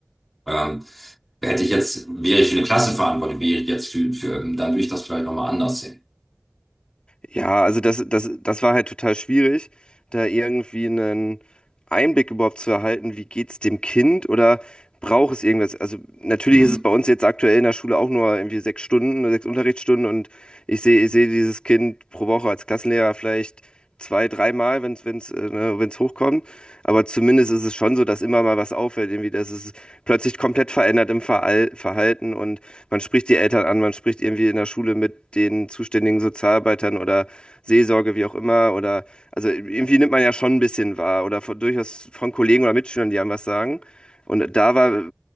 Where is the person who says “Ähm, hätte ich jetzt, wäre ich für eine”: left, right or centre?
Centre